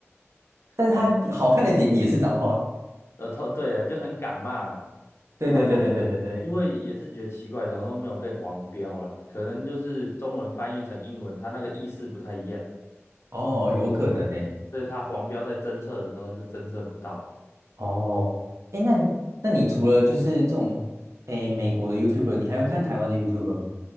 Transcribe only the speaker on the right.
但是他好看的点也是脏话。
对对对对对对对，
哦，有可能呢。
哦，哎，那那你除了就是这种哎美国的 YouTuber，你还会看台湾的 YouTuber 吗？